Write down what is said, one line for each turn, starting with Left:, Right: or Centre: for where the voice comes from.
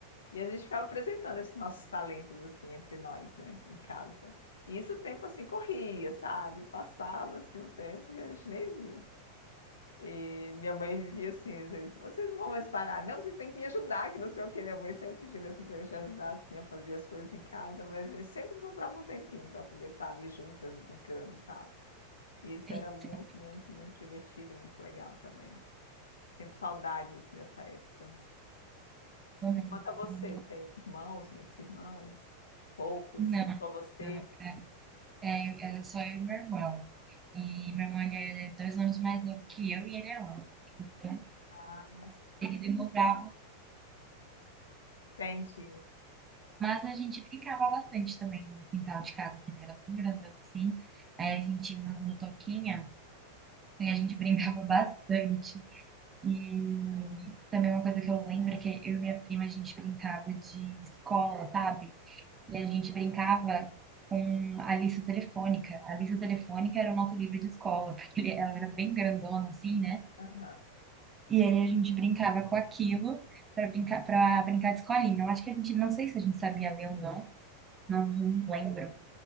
Left: E a gente ficava apresentando esses nossos talentos assim entre nós, né, em casa. E isso o tempo assim corria, sabe? Passava assim o tempo que a gente nem via. E minha mãe vivia assim, às vezes, vocês não vão mais parar, não, vocês têm que me ajudar, que não sei o quê. Minha mãe sempre pedindo assim para a gente ajudar assim a fazer as coisas em casa, mas a gente sempre encontrava um tempinho para poder estar ali juntas brincando, sabe? E Isso
Right: Sei,
Left: era muito,
Right: sei,
Left: muito, muito divertido e muito legal também. Sinto saudades, assim, dessa época.
Right: eu lembro.
Left: Quanto a você, tem irmãos, muitos irmãos? Poucos?
Right: Não,
Left: Só você?
Right: não, era, é, era só eu e meu irmão. E meu irmão ele é dois anos mais novo que eu e ele é homem. Então,
Left: Ah,
Right: ele demorava.
Left: entendi.
Right: Mas a gente brincava bastante também no quintal de casa, que ele era bem grandão assim. Aí a gente tinha uma motoquinha e a gente brincava <laughs> bastante. E também uma coisa que eu lembro é que eu e minha prima, a gente brincava de escola, sabe? E a gente brincava com a lista telefônica. A lista telefônica era o nosso livro de escola, <laughs> porque ele- ela era bem grandona, assim, né?
Left: Aham.
Right: E aí a gente brincava com aquilo para brincar, para brincar de escolinha. Eu acho que a gente, não sei se a gente sabia ler ou não, não lembro.